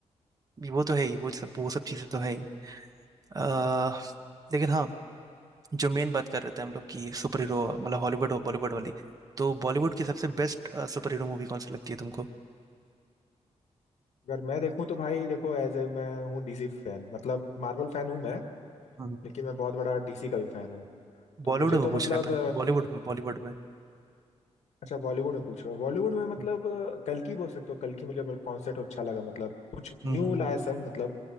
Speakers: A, on the right; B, on the left.
A: वो तो है ही वो सब वो सब चीज़ें तो है ही अ, लेकिन हाँ जो मेन बात कर रहे थे हम लोग की सुपर हीरो मतलब हॉलीवुड और बॉलीवुड वाली तो बॉलीवुड की सबसे बेस्ट सुपर हीरो मूवी कौन सी लगती है तुमको
B: अगर मैं देखूं तो भाई देखो एज ए मैं हूँ डीसी फैन मतलब मार्वल फैन हूँ मैं
A: हम्म
B: लेकिन मैं बहुत बड़ा डीसी का भी फैन हूँ तो
A: बॉलीवुड
B: मुझे तो
A: में पूछ
B: मतलब
A: रहे हैं भाई बॉलीवुड में बॉलीवुड में
B: अच्छा बॉलीवुड में पूछ रहे हो बॉलीवुड में मतलब
A: हम्म
B: अ, कल की बोल सकते हो कल की मतलब मेरे कॉन्सेप्ट अच्छा लगा मतलब कुछ
A: हम्म
B: न्यू
A: हम्म
B: लाया
A: हम्म।
B: सब मतलब